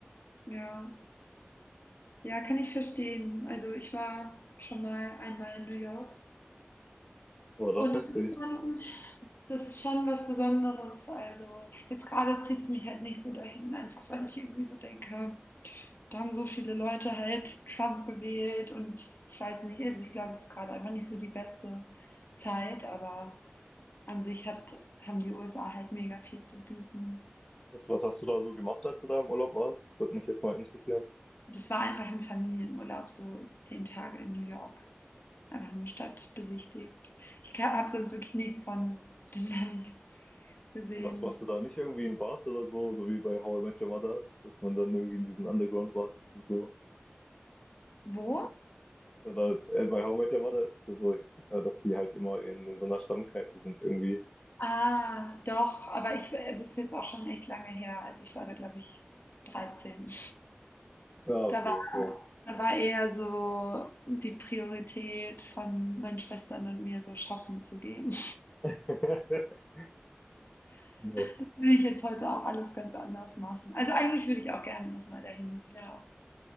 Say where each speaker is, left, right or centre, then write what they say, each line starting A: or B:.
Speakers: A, on the left (about 55°); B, on the left (about 25°).
A: Ja. ja, kann ich verstehen. Also ich war schon mal einmal in New York
B: War das
A: und
B: heftig?
A: es ist schon Das ist schon was Besonderes. Also jetzt gerade zieht es mich halt nicht so dahin, einfach weil ich irgendwie so denke, da haben so viele Leute halt Trump gewählt und ich weiß nicht, also ich glaube, es ist gerade einfach nicht so die beste Zeit, aber an sich hat, haben die USA halt mega viel zu bieten.
B: Was, was hast du da so gemacht, als du da im Urlaub warst? Das würde mich jetzt mal interessieren.
A: Das war einfach ein Familienurlaub, so zehn Tage in New York. Einfach nur Stadt besichtigt. Ich habe sonst wirklich nichts von dem Land gesehen.
B: Was warst du da nicht irgendwie in Bars oder so, so wie bei How I Met Your Mother, dass man dann irgendwie in diesen Underground-Bars ist und so?
A: Wo?
B: Oder, äh, bei How I Met Your Mother ist es ja so, ich, äh, dass die halt immer in, in so einer Stammkneipe sind irgendwie.
A: Ah, doch, aber ich, es ist jetzt auch schon echt lange her. Also ich war da, glaube ich, 13.
B: Ah,
A: Da
B: okay,
A: war,
B: okay.
A: da war eher so die Priorität von meinen Schwestern und mir, so shoppen zu gehen.
B: <laughs> Ja.
A: Das würde ich jetzt heute auch alles ganz anders machen. Also eigentlich würde ich auch gerne nochmal dahin, ja.